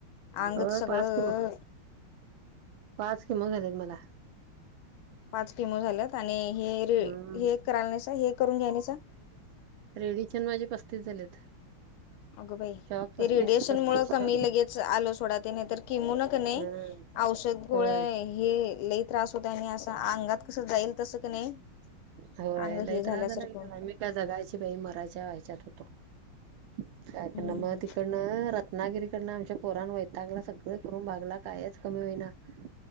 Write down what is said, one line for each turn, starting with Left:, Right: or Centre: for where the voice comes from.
Left: अंग
Right: होय
Left: सगळं
Right: पाच किमो पाच किमाो झालेत मला.
Left: पाच कीमो झाल्यात आणि हे र
Right: हम्म
Left: हे करण्याचा हे करून घेण्याचा
Right: रेडिशन माझे पस्तीस झालेत.
Left: अगं बाई
Right: शॉक पस्तीस
Left: ते रेडिएशन
Right: पस्तीस
Left: मुळ कमी
Right: शॉक
Left: लगेच आल सोडा त्या नाही तर किमोन का नाही
Right: हम्म
Left: औषध
Right: होय
Left: गोळ्या हे लई त्रास होत आणि अस अंगात कस जाईल तस क नाही
Right: होय
Left: अंग
Right: लय
Left: हे झाल्यासारखं
Right: त्रास झाला की त्याला मी काय जगायची बाई मरायच्या ह्याच्यात होतो. <unintelligible>
Left: हम्म
Right: रत्नागिरीकडनं आमच्या पोरन वैतागला सगळं करून भागला कायच कमी होईना ह